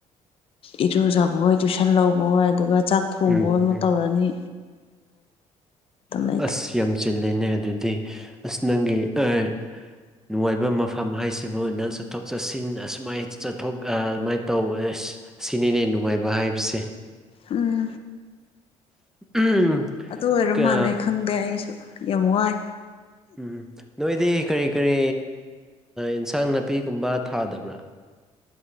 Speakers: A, on the left; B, in the centre.
A: ꯏꯔꯨꯖꯕ ꯍꯣꯏ ꯇꯨꯏꯁꯟ ꯂꯧꯕꯍꯣꯏ ꯑꯗꯨꯒ ꯆꯥꯛ ꯊꯣꯡꯕꯣꯏ
B: ꯎꯝ
A: ꯑꯃꯨꯛ
B: ꯎꯝ
A: ꯇꯧꯔꯅꯤ <unintelligible>
B: ꯑꯁ ꯌꯥꯝ ꯆꯤꯜꯂꯦꯅꯦ ꯑꯗꯨꯗꯤ ꯑꯁ ꯅꯪꯒꯤ ꯑꯩ ꯅꯨꯡꯉꯥꯏꯕ ꯃꯐꯝ ꯍꯥꯏꯁꯤꯕꯨ ꯅꯪ ꯆꯠꯊꯣꯛ ꯆꯠꯁꯤꯟ ꯑꯁꯨꯃꯥꯏ ꯆꯠꯊꯣꯛ ꯑꯗꯨꯃꯥꯏꯅ <unintelligible> ꯇꯧꯕ ꯑꯁꯤꯅꯤꯅꯦ ꯅꯨꯡꯉꯥꯏꯕ ꯍꯥꯏꯕꯁꯦ
A: ꯎꯝ
B: ꯎꯝ
A: ꯑꯗꯨ ꯑꯣꯏꯔ
B: ꯀꯥ
A: ꯃꯥꯜꯂꯦ ꯈꯪꯗꯦ ꯑꯩꯁꯨ ꯌꯥꯝ ꯋꯥꯏ
B: ꯎꯝ ꯅꯣꯏꯗꯤ ꯀꯔꯤ ꯀꯔꯤ ꯏꯟꯁꯥꯡ ꯅꯥꯄꯤꯒꯨꯝꯕ ꯊꯥꯗꯕ꯭ꯔꯥ